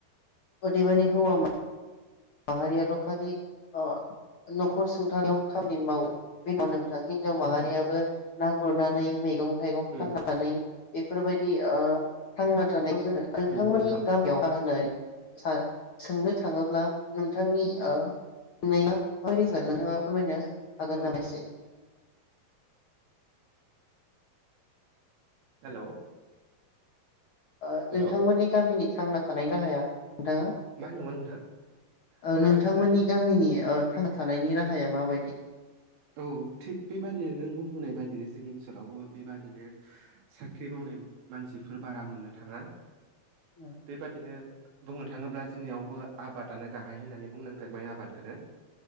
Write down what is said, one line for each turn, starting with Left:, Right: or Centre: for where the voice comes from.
Left: अदेबानि हौवा मां माहारियाल' खालि अ न'खर सुंथानायाव खामानि मावो बे नङा नोंथां हि हिनजाव माहारियाबो ना गुरनानै मैगं थाइगं
Right: उम
Left: फाननानै बेफोरबायदि ओ थांना थानाय जोङो नोंथांमोननि
Right: नंगौ नोंथां
Left: गामियाव मा होननाय सा सोंनो थाङोब्ला नोंथांनि ओ <unintelligible> नोंथाङा फोरमायनो हागोन
Right: औ
Left: नामा इसे
Right: हेल'
Left: ओ
Right: हेल'
Left: नोंथांमोननि गामिनि थांना थानायनि राहाया नोंथाङा
Right: मा होनदोंमोन नोंथां?
Left: ओ
Right: औ
Left: नोंथांमोननि
Right: दासो खोनादों
Left: गामिनि ओ थांना थानायनि राहाया माबायदि
Right: औ थिग बेबादिनो नों बुंबोनाय बादिनो जोंनि ओनसोलावबो बेबादिनो साख्रि माव <unintelligible> मानसिफोर बारा मोननो थाङा
Left: औ
Right: बेबादिनो बुंनो थाङोब्ला जोंनियावबो आबादानो गाहाय होननानै बुंनांगोन माइ आबादखोनो